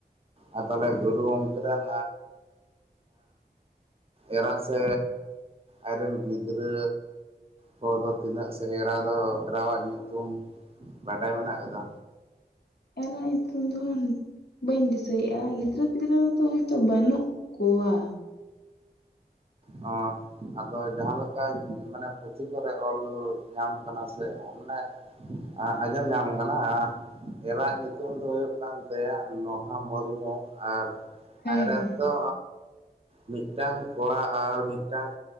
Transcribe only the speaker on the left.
ᱮᱨᱟ ᱧᱩᱛᱩᱢ ᱫᱚ ᱵᱟᱹᱧ ᱫᱤᱥᱟᱹᱭᱮᱫᱼᱟ ᱜᱤᱫᱽᱨᱟᱹ ᱯᱤᱫᱽᱨᱟᱹᱫᱚ ᱦᱚᱭᱛᱳ ᱵᱟᱹᱱᱩᱜ ᱠᱳᱣᱟ᱾
ᱦᱮᱸ
<unintelligible>